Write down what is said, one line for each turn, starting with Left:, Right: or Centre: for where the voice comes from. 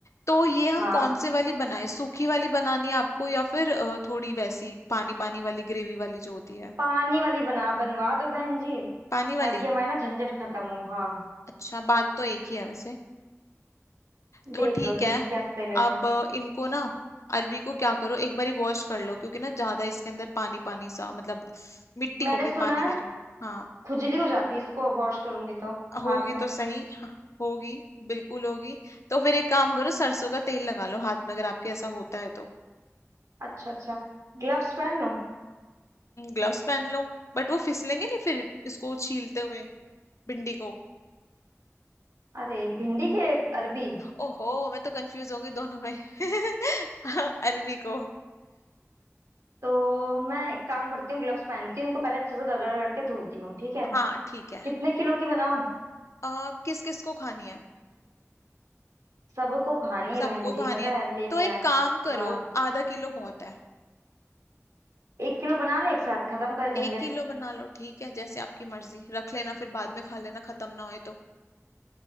Left: तो ये हम
Right: हाँ
Left: कौन से वाली बनाए सूखी वाली बनानी है आपको या फिर अ, थोड़ी वैसी पानी पानी वाली ग्रेवी वाली जो होती है
Right: पानी वाली बना बनवा दो बहन जी
Left: पानी वाली
Right: ताकि हमारी ना झंझट खत्म हो हाँ
Left: अच्छा बात तो एक ही है वैसे तो
Right: देख
Left: ठीक
Right: लो तुम
Left: है
Right: कैसा सही लगेगा
Left: अब इनको ना अरवी को क्या करो एक बारी वॉश कर लो क्योंकि ना ज्यादा इसके अंदर पानी पानी सा मतलब मिट्टी
Right: मैंने
Left: होगी
Right: सुना
Left: पानी कह
Right: है
Left: रही हूँ हाँ
Right: खुजली हो जाती है इसको वॉश करूंगी तो
Left: होगी
Right: हाथ में
Left: तो सही हाँ, होगी बिल्कुल होगी तो फिर एक काम करो सरसों का तेल लगा लो हाथ में अगर आपके ऐसा होता है तो
Right: अच्छा अच्छा ग्लव्स पहन लूं?
Left: ग्लव्स पहन लो बट वो फिसलेंगे नहीं फिर इसको छीलते हुए भिंडी को
Right: अरे भिंडी के अरबी
Left: ओहो मैं तो कंफ्यूज हो गई दोनों में <laughs> अरवी को
Right: तो मैं एक काम करती हूँ ग्लव्स पहनती हूँ उनको पहले अच्छे से रगड़ रगड़ के धोती हूँ ठीक है
Left: हाँ ठीक है
Right: कितने किलो की बनाऊँ
Left: आ, किस किस को खानी है
Right: सबको खानी है
Left: सबको
Right: बहन जी
Left: खानी
Right: पता
Left: है
Right: है लेके
Left: तो एक
Right: आए
Left: काम करो
Right: हाँ
Left: आधा किलो बहुत है
Right: एक किलो बना ले एक साथ खत्म कर झंझट
Left: एक किलो बना लो ठीक है जैसे आपकी मर्जी रख लेना फिर बाद में खा लेना खत्म ना होए तो